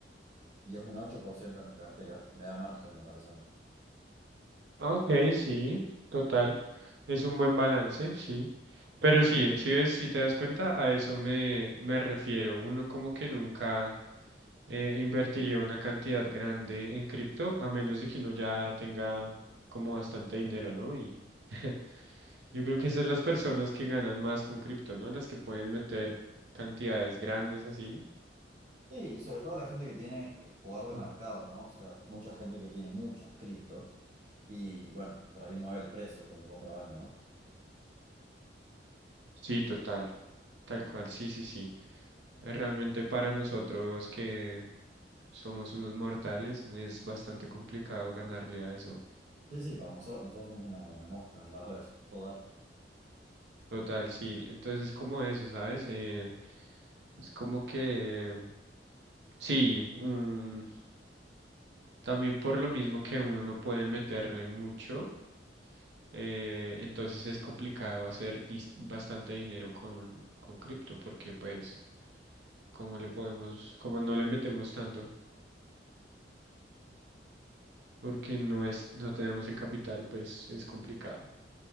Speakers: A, on the right; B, on the right.
A: y es un 8% de mi cartera, me da margen, me parece a mí.
B: Ah, Ok, sí, total. Es un buen balance, sí. Pero sí, si ves, si te das cuenta, a eso me, me refiero. Uno como que nunca eh, invertiría una cantidad grande en cripto, a menos de que uno ya tenga como bastante dinero, ¿no? Y <laughs> yo creo que esas las personas que ganan más con cripto, ¿no? Las que pueden meter cantidades grandes así.
A: Sí, y sobre todo la gente que tiene eh, poder
B: <clears throat>
A: de mercado, ¿no? O sea, mucha gente que tiene muchas cripto, y bueno, por ahí mueve el precio cuando compra vende, ¿no?
B: Sí, total, tal cual, sí, sí, sí. Eh, Realmente para nosotros que somos unos mortales es bastante complicado ganarle a eso.
A: Sí, sí, para nosotros, nosotros somos una, una mosca al lado de eso, total.
B: Total, sí. Entonces como eso, ¿sabes? Eh, es como que, em, sí, un- también por lo mismo que uno no puede meterle mucho, eh, entonces es complicado hacer dis- bastante dinero con, con cripto, porque pues, como le podemos, como no le metemos tanto, porque no es, no tenemos el capital, pues es complicado.